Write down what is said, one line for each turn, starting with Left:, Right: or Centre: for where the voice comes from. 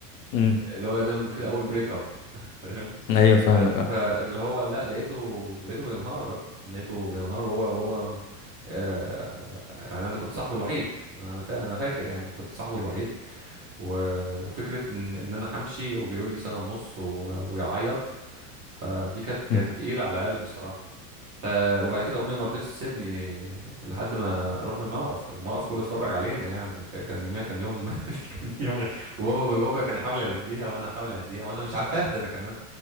Left: امم
Right: اللي هو دايما بنقول كده اول بريك اب <laughs> فاهم
Left: ايوه فاهمك
Right: ف- فاللي
Left: اه
Right: هو لا لقيته لقيته بينهار بقى لقيته بينهار وهو وهو آه، يعني انا كنت صاحبه الوحيد انا فا انا فاكر يعني كنت صاحبه الوحيد و... وفكره ان ان انا همشي وبيقول لي سنه ونص و... ويعيط فدي كانت كانت
Left: مم.
Right: تقيله على قلبي صراحه ف وبعد كده امي ما رضتش تسيبني لحد ما رحنا الموقف الموقف كله اتفرج علينا يعني ك- كان يوميها كان يوم <laughs> كان يوم غ... وبابا بابا كان يحاول يهديها وانا احاول اهديها وانا مش عارف اهدى انا كمان